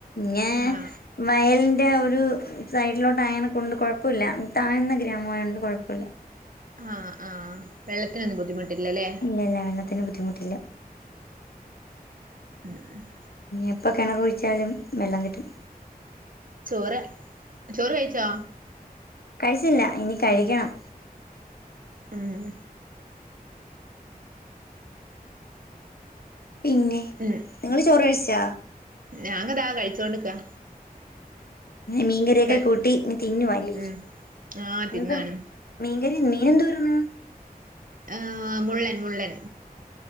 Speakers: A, on the left; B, on the right.
A: ഞേ..
B: ഹ് ആഹ്
A: വയലിന്റെ ഒരു സൈഡിലോട്ട് ആയനെ കൊണ്ട് കുഴപ്പമില്ല താഴ്ന്ന ഗ്രാമമായയ കൊണ്ട് കുഴപ്പമില്ല..
B: ആഹ് ആഹ വെള്ളത്തിനൊന്നും ബുദ്ധിമുട്ടില്ലല്ലേ..
A: <unintelligible> അത്തിന് ബദ്ധിമുട്ടില്ല..
B: ഉം ഉം..
A: എപ്പ കിണർ കുഴിച്ചാലും വെള്ളം കിട്ടും..
B: ചോറ് ചോറ് കഴിച്ചോ..
A: കഴിച്ചില്ല ഇനി കഴിക്കണം..
B: ഉം..
A: പിന്നെ..
B: ഉം..
A: നിങ്ങള് ചോറ് വെയ്ച്ച..
B: ഞാനിതാ കഴിച്ചുകൊണ്ട്ക്കാ..
A: മീൻകറി ഒക്കെ
B: കഴി
A: കൂട്ടി തിന്നുവല്ലേ
B: ഉം ആഹ് തിന്നാണ്
A: എന്ത.. മീൻകറി മീൻ എന്തു വർന്ന്..
B: ആഏഹ മുള്ളൻ മുള്ളൻ